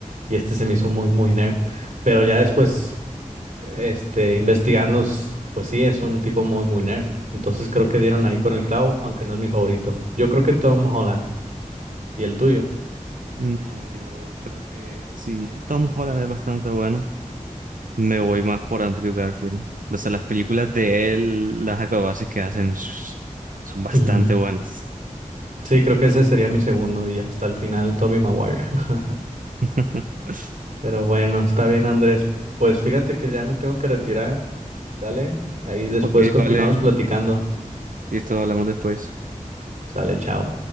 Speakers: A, on the right (about 60°); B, on the right (about 75°).
A: Y este se me hizo muy, muy nerd. Pero ya después, este, investigando, s- pues sí, es un tipo muy, muy nerd. Entonces creo que dieron ahí con el clavo, aunque no es mi favorito. Yo creo que Tom Holland. ¿Y el tuyo?
B: No, yo creo que si bien Tom Holland es bastante bueno, me voy más por Andrew Garfield. O sea, las películas de él, las acrobacias que hacen s- son bastante
A: Ujú.
B: buenas.
A: Sí, creo que ese sería mi segundo y hasta el final Toby Maguire. <laughs>
B: <laughs>
A: Pero bueno, está bien Andrés. Pues fíjate que ya me tengo que retirar, ¿sale? Ahí después
B: Ok,
A: continuamos
B: vale.
A: platicando.
B: Listo, hablamos después.
A: Sale, chao.